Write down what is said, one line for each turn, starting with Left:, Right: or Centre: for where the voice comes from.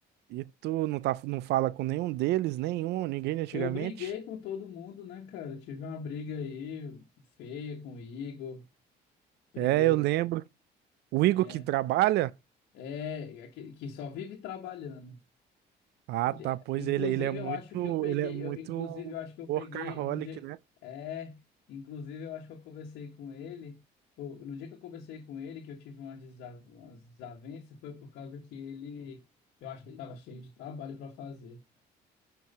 Right: E tu não, tá, não fala com nenhum deles, nenhum, ninguém de antigamente?
Left: Eu briguei com todo mundo, né, cara? Eu tive uma briga aí feia com o Igor. Briguei,
Right: É, eu lembro. O Igor
Left: é,
Right: que trabalha?
Left: é, aquele que só vive trabalhando.
Right: Ah,
Left: Ele-
Right: tá. Pois
Left: Inclusive,
Right: ele, ele é muito,
Left: eu acho que eu peguei.
Right: ele é muito
Left: Eu, inclusive, eu acho que eu
Right: workaholic,
Left: peguei no dia.
Right: né?
Left: É, inclusive, eu acho que eu conversei com ele. pô, No dia que eu conversei com ele, que eu tive umas, desa- umas desavenças, foi por causa que ele. Eu acho que ele estava cheio de trabalho para fazer.